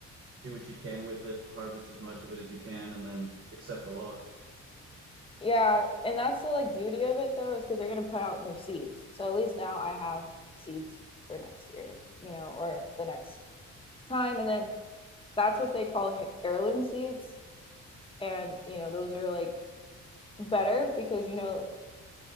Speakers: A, on the right; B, on the left.
A: do what you can with it, harvest as much of it as you can, and then accept the loss.
B: Yeah, and that's the like beauty of it though, is because they're gonna put out new seeds. So at least now I have seeds for next year, you know, or the next time. And then that's what they call heirloom seeds, and you know those are like better because you know